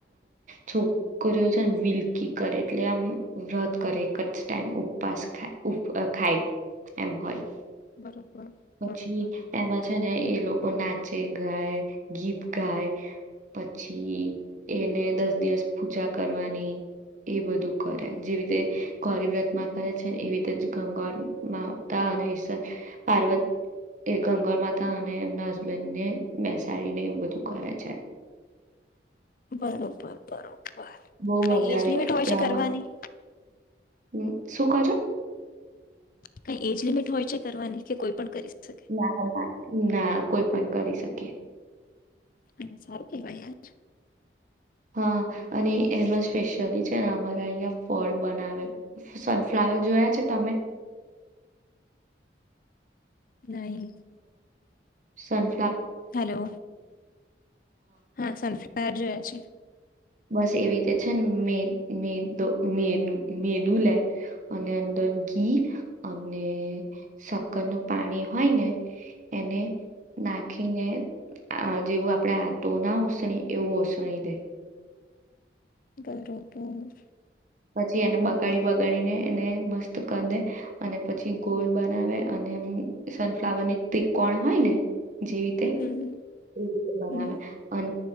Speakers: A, on the right; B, on the left.
A: છોકરીઓ છે વિલકી કરે એટલે આમ વ્રત કરે એક જ ટાઈમ ઉપવાસાય ખાય એમ હોય.
B: બરોબર. બરોબર
A: પછી એમાં છે ને એ લોકો નાચે. ગાય ગીત ગાય પછી એને દસ દિવસ પૂજા કરવાની એ બધું કરે જેવી રીતે ગૌરી વ્રતમાં કરે છે ને એવી રીતે જ ગંગા માતા અનેઈ પાર્વત. એ ગંગર માતા અને એમના હસબેન્ડને બેસાડીને એવું બધું કરહેે છે.
B: બરોબર બરોબર.
A: બહુ
B: કઈ
A: મજા
B: એજ
A: આવે
B: લિમિટ હોય
A: કે
B: છે
A: આમાં
B: કરવાની
A: ઉમ, શું કહો છો
B: કઈ એજ લિમિટ. હોય છે કરવાની કે કોઈ પણ કરી. શકે
A: ના ના કોઈ પણ કરી શકી.
B: હ સારું કેવાય યાર.
A: હા, અને એમાં સ્પેશિયલી છેને મારે અહિયાં ફળ બનાવે. સનફ્લાવર જોયા છે તમે?
B: નહી?
A: સં
B: હેલો, હા સનફ્લાવર જોયા છે.
A: બસ એવી રીતે છે ને મે મેદો મેદુ મેદુ લે, અને અંદર ઘી, અને સક્કર નું પાણી હોય ને એને ના રાખીને જેવું આપણેે આતો ના ઓસણી એવું ઓસણી દે.
B: બરોબર.
A: પછી એને બગાડી બગાડીને એને મસ્ત ક દે, અને પછી ગોળ બનાવે અને એમ સનફ્લાવરની ત્રિકોણ હોય ને. જે રીતે,
B: હમ
A: એ રીતે બનાવે
B: હમ
A: અને